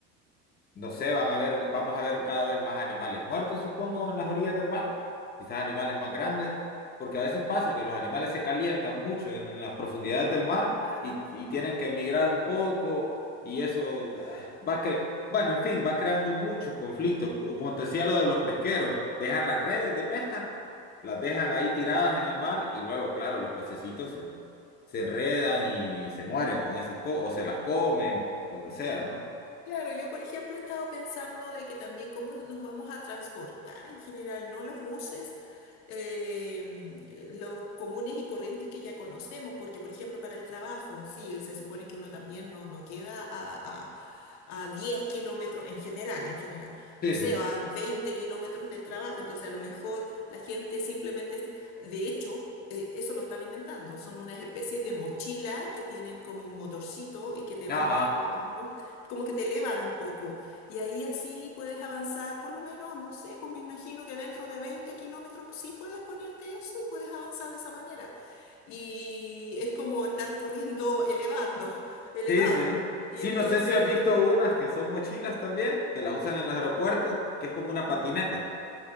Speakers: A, on the left; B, on the left.
A: no sé, van a ver, vamos a ver cada vez más animales muertos, supongo, en las orillas del mar. Quizás animales más grandes, porque a veces pasa que los animales se calientan mucho en las profundidades del mar
B: Claro,
A: y, y tienen
B: sí.
A: que emigrar un poco y eso eh, va cre- bueno, en fin, va creando muchos conflictos. Como te decía lo de los pesqueros, dejan las redes de pesca, las dejan ahí tiradas en el mar y luego, claro, los pececitos se, se enredan y se mueren con esas cosas o se las comen, lo que sea, ¿no?
B: Claro, yo por ejemplo he estado pensando de que también cómo nos vamos a transportar en general, ¿no? Los buses, eh, los comunes y corrientes que ya conocemos, porque por ejemplo para el trabajo, sí, se supone que uno también no, no queda a, a, a 10 kilómetros en general, en general,
A: Sí,
B: no sé,
A: sí.
B: a 20 kilómetros del trabajo, entonces a lo mejor la gente simplemente, se- de hecho... eh, Eso lo están inventando, son unas especies de mochila que tienen como un motorcito y que te
A: Ajá.
B: van trasladando como que te elevan un poco. Y ahí así puedes avanzar, por lo menos, no sé, pues me imagino que dentro de 20 kilómetros sí puedes ponerte eso y puedes avanzar de esa manera. Y es como estar corriendo elevando, <laughs> elevado.
A: Sí, sí.
B: Y
A: Sí,
B: entonces,
A: no sé si has visto unas que son mochilas también, que las usan
B: claro.
A: en los aeropuertos, que es como una patineta.